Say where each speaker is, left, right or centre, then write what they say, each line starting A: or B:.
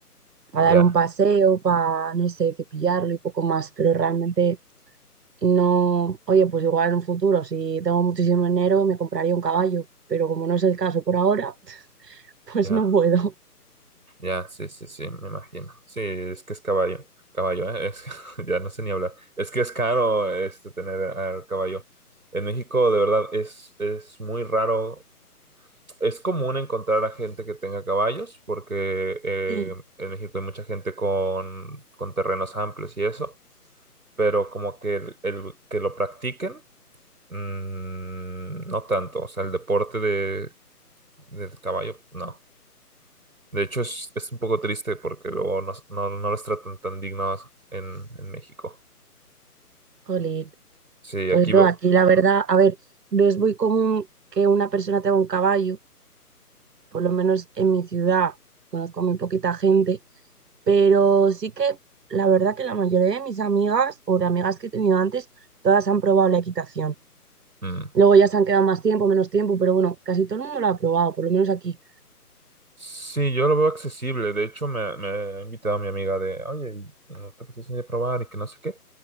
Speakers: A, on the right; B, on the right.
A: Para
B: Ya,
A: dar un paseo, para, no sé, cepillarlo y poco más. Pero realmente no. Oye, pues igual en un futuro, si tengo muchísimo dinero, me compraría un caballo. Pero como no es el caso por ahora, <laughs> pues
B: ya,
A: no puedo.
B: ya, sí, sí, sí, me imagino. Sí, es que es caballo, caballo, ¿eh? Es, <laughs> ya no sé ni hablar. Es que es caro este, tener al caballo. En México, de verdad, es, es muy raro Es común encontrar a gente que tenga caballos, porque eh,
A: Sí.
B: en México hay mucha gente con, con terrenos amplios y eso, pero como que el, el que lo practiquen, mm, no tanto. O sea, el deporte de, del caballo, no. De hecho, es, es un poco triste porque luego no, no, no los tratan tan dignos en, en México.
A: Jolín.
B: Sí,
A: Pues
B: aquí
A: no,
B: veo.
A: aquí la verdad, a ver, no es muy común que una persona tenga un caballo por lo menos en mi ciudad conozco muy poquita gente, pero sí que la verdad que la mayoría de mis amigas o de amigas que he tenido antes, todas han probado la equitación.
B: mm.
A: Luego ya se han quedado más tiempo, menos tiempo, pero bueno, casi todo el mundo lo ha probado, por lo menos aquí.
B: Sí, yo lo veo accesible. De hecho, me, me ha invitado mi amiga de, oye, ¿no te apetece ir a probar y que no sé qué?